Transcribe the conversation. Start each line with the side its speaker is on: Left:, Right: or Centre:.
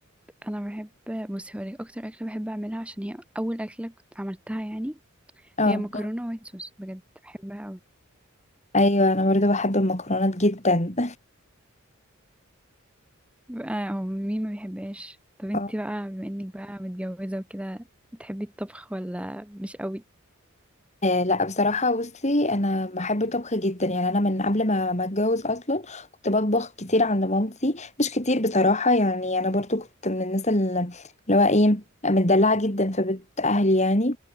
Centre: انا بحب بصي هقولك اكتر اكلة بحب اعملها عشان هي اول اكلة كنت عملتها يعني
Left: اه
Centre: هي مكرونة وايت صوص بجد بحبها اوي
Left: ايوه انا برضو بحب المكرونات جدا
Centre: بقى هو مين ما بيحبهاش طب انتي
Left: <laughs>
Centre: بقى بما انك بقى متجوزة وكده بتحبي الطبخ ولا مش قوي
Left: آه لا بصراحة بصي أنا بحب الطبخ جدا يعني أنا من قبل ما ما أتجوز أصلا كنت بطبخ كتير عند مامتي مش كتير بصراحة يعني أنا برضو كنت من الناس اللي اللي هو إيه متدلعة جدا في بيت أهلي يعني